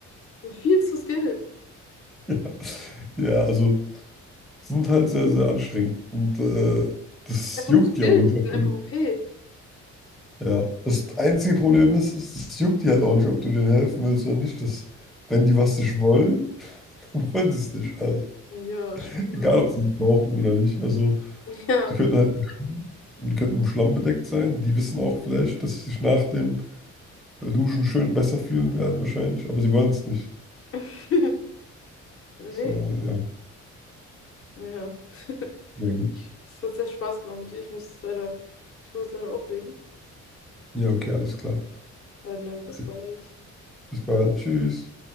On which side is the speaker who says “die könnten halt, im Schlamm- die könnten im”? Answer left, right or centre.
Centre